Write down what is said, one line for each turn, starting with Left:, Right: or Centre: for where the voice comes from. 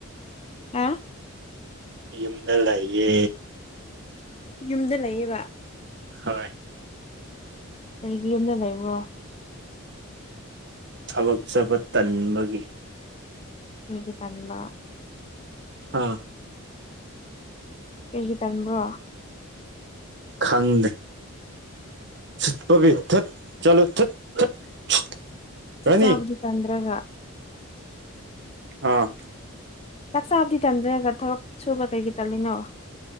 Left: ꯍꯥ
Right: ꯌꯨꯝꯗ ꯂꯩꯏꯌꯦ
Left: ꯌꯨꯝꯗ ꯂꯩꯌꯦꯕ
Right: ꯍꯥꯏ
Left: ꯀꯔꯤꯒꯤ ꯌꯨꯝꯗ ꯂꯩꯕ꯭ꯔꯣ
Right: ꯊꯕꯛ ꯆꯠꯕ ꯇꯟꯕꯒꯤ
Left: ꯀꯔꯤꯒꯤ ꯇꯟꯕ
Right: ꯑꯥ
Left: ꯀꯔꯤꯒꯤ ꯇꯟꯕꯔꯣ
Right: ꯈꯪꯗꯦ ꯎꯁꯤꯠꯇꯕꯤ ꯊꯠ ꯆꯂꯣ ꯊꯠ ꯊꯠ <unintelligible>
Left: ꯆꯥꯛ
Right: ꯔꯥꯅꯤ
Left: ꯆꯥꯕꯗꯤ ꯇꯟꯗ꯭ꯔꯒ
Right: ꯑꯥ
Left: ꯆꯥꯛꯆꯥꯥꯕꯨꯗꯤ ꯇꯟꯖꯔꯒ ꯊꯕꯛ ꯁꯨꯕ ꯀꯩ ꯀꯩ ꯇꯠꯂꯤꯅꯣ